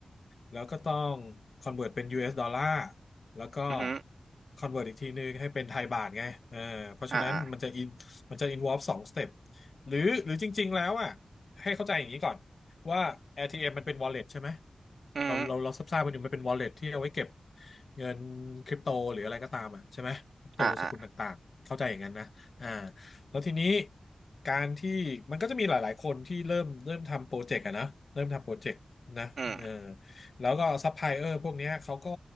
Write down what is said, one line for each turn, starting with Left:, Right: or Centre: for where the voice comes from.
Left: แล้วก็ต้อง convert เป็น US ดอลลาร์แล้วก็
Right: อือฮึ
Left: convert อีกทีนึงให้เป็นไทยบาทไงเออเพราะฉะนั้นมันจะ
Right: อ่าอ่า
Left: in มันจะ involve สอง step หรือหรือจริงๆแล้วอ่ะให้เข้าใจอย่างนี้ก่อน ว่า ATM มมันเป็น wallet ใช่ไหม
Right: อือฮึ
Left: เราเราเราทราบๆกันอยู่มันเป็น wallet ที่เอาไว้เก็บเงินคริปโตหรืออะไรก็ตามอ่ะใช่ไหมคริปโตสกุลต่างๆเข้าใจอย่างนั้นนะอ่า
Right: อ่าอ่า
Left: แล้วทีนี้การที่มันก็จะมีหลายๆคนที่เริ่มเริ่มทำโปรเจกต์อะนะเริ่มทำโปรเจกต์นะเออ
Right: อืม
Left: แล้วก็ซัพพลายเออร์พวกเนี้ยเขาก็